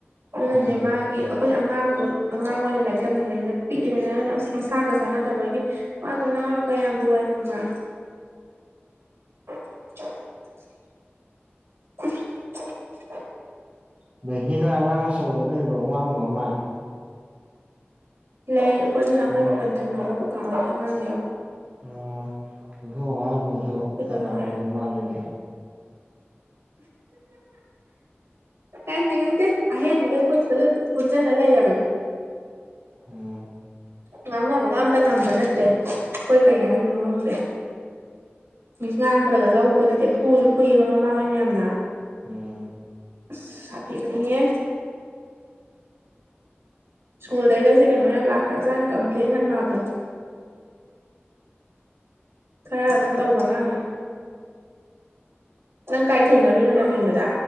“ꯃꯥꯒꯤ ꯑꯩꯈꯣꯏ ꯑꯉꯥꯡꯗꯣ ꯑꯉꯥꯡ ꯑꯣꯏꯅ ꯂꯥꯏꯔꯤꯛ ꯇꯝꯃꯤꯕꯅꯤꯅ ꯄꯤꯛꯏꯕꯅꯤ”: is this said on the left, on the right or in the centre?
Right